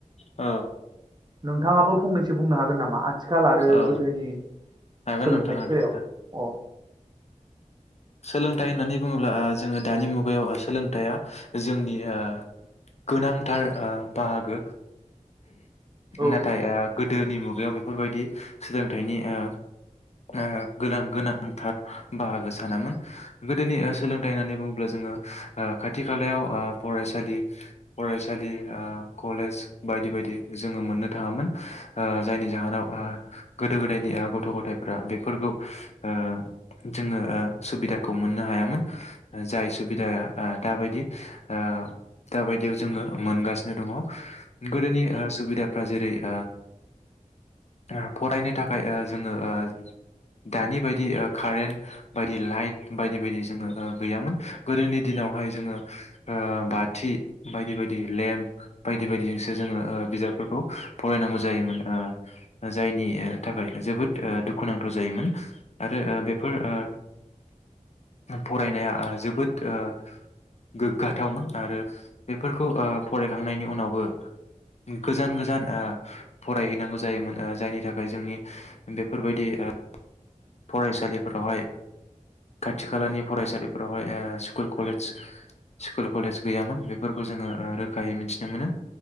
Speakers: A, on the left (about 55°); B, on the right (about 35°).
A: औ
B: नोंथांङाबो फंनैसो बुंनो हागोन नामा आथिखाल आरो
A: औ
B: गोदोनि
A: हागोन
B: सोलोंथाइनि
A: नोंथां हागोन
B: बेलायाव अ
A: सोलोंथाइ होननानै बुंङोब्ला ओ जोङो दानि मुगायाव सोलोंथाइया जोंनि ओ गोनांथार ओ बाहागो
B: औ
A: नाथाय
B: नंगौ
A: ओ दोनि मुगायाव बेफोरबायदि सोलोंथाइनि ओ ओ गोनां गोनांथार बाहागो सानामोन गोदोनि ओ सोलोंथाइ होननानै बुङोब्ला जोंङो ओ खाथि खालायाव ओ फरायसालि फरायसालि ओ कलेज बायदि बायदि जोंङो मोननो थाङामोन ओ जायनि जाहोनाव ओ गोदो गोदायनि ओ गथ' गथायफ्रा बेफोरखौ ओ जोंङो ओ सुबिदाखौ मोननो हायामोन जाय सुबिदाया ओ दाबायदि ओ दाबायदियाव जोंङो मोनगासिनो दंङ गोदोनि ओ सुबिदा जेरै ओ ओ फरायनो थाखाय ओ जोंङो ओ दानि बायदि ओ कारेन्ट बायदि लाइट बायदि बायदि जोंङो ओ गैयामोन गोदोनि दिनावहाय जोङो ओ बाथि बायदि बायदि लेम्प बायदि बायदिजोंसो जोङो ओ बिजाबफोरखौ फरायनांगौ जायोमोन ओ जायनि ओ थाखाय जोबोद ओ दुखुनांथाव जायोमोन आरो ओ बेफोर ओ फरायनाया ओ जोबोद ओ गोग्गाथावमोन आरो बेफोरखौ ओ फरायखांनायनि उनावबो गोजान गोजान ओ फरायहैनांगौ जायोमोन ओ जायनि थाखाय जोंनि बेफोरबायदि ओ फरायसालि फोरावहाय खाथि खालानि फरायसालिफोरावहाय ओ स्कुल कलेज स्कुल कलेज गैयामोन बेफोरखौ जोङो ओ रोखायै मिथिनो मोनो